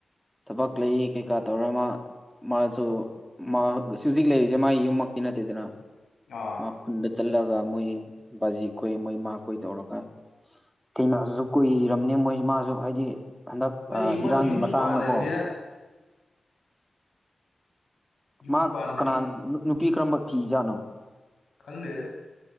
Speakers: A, in the centre; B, on the left.
A: ꯊꯕꯛ ꯂꯩ ꯀꯩꯀꯥ ꯇꯧꯔ ꯃ ꯃꯥꯁꯨ ꯃꯥ ꯍꯧꯖꯤꯛ ꯂꯩꯔꯤꯁꯦ ꯃꯥꯒꯤ ꯌꯨꯝꯃꯛꯇꯤ ꯅꯠꯇꯦꯗꯅ
B: ꯑꯥ
A: ꯈꯨꯟꯗ ꯆꯠꯂꯒ ꯃꯣꯏ ꯕꯥꯖꯤ ꯈꯣꯏ ꯃꯣꯏ ꯏꯃꯥꯈꯣꯏ ꯇꯧꯔꯒ ꯊꯦꯡꯅꯥꯁꯤꯁꯨ ꯀꯨꯏꯔꯕꯝꯅꯤ ꯃꯣꯏ ꯃꯥꯁꯨ ꯍꯥꯏꯗꯤ ꯍꯟꯗꯛ
B: ꯍꯧꯖꯤꯛ ꯌꯨꯝ
A: ꯏꯔꯥꯡꯒꯤ
B: ꯃꯥꯁꯨ ꯌꯨꯝꯁꯨ
A: ꯃꯇꯥꯡꯅꯀꯣ꯫
B: ꯄꯥꯟꯗ꯭ꯔꯕꯅꯤꯅ ꯌꯨꯝꯁꯨ
A: ꯃꯥ
B: ꯄꯥꯟꯗ꯭ꯔꯤ
A: ꯀꯅꯥ ꯅꯨꯄꯤ ꯀꯔꯝꯕ ꯊꯤꯖꯥꯠꯅꯣ꯫
B: ꯈꯪꯗꯦꯗ